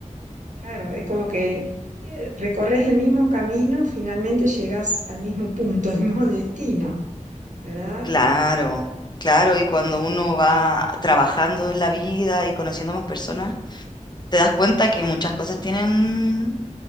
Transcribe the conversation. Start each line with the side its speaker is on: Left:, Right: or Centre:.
Right: Claro, es como que eh, recorres el mismo camino, finalmente llegas al mismo punto, <laughs> al mismo destino, ¿verdad?
Left: Claro, claro, y cuando
Right: Y
Left: uno va trabajando en la vida y conociendo más personas, te das cuenta que muchas cosas tienen